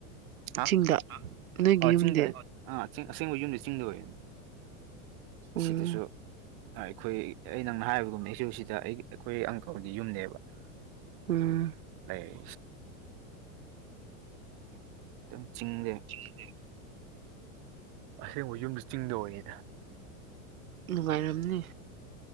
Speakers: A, on the right; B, on the right.
A: ꯍꯥ
B: ꯆꯤꯡꯗ ꯅꯣꯏꯒꯤ
A: ꯑ
B: ꯌꯨꯝꯗꯤ
A: ꯆꯤꯡꯗꯤ ꯑꯩ ꯑꯥ ꯑꯁꯦꯡꯕ ꯌꯨꯝꯗꯤ ꯆꯤꯡ ꯂꯣꯏꯔꯦ
B: ꯎꯝ
A: ꯁꯤꯗꯁꯨ ꯑꯩꯈꯣꯏ ꯑꯩ ꯅꯪꯅ ꯍꯥꯏꯕꯒꯨꯝꯅ ꯑꯩꯁꯨ ꯁꯤꯗ ꯑꯩꯈꯣꯏ ꯑꯪꯀꯜꯒꯤ ꯌꯨꯝꯅꯦꯕ <inaudible>
B: ꯎꯝ
A: ꯂꯩ ꯑꯗꯨꯝ ꯆꯤꯡꯗꯦ
B: ꯆꯗꯦ
A: ꯑꯁꯦꯡꯕ ꯌꯨꯝꯗ ꯆꯤꯡꯗ ꯑꯣꯏꯌꯦꯗ
B: ꯅꯨꯡꯉꯥꯏꯔꯝꯅꯤ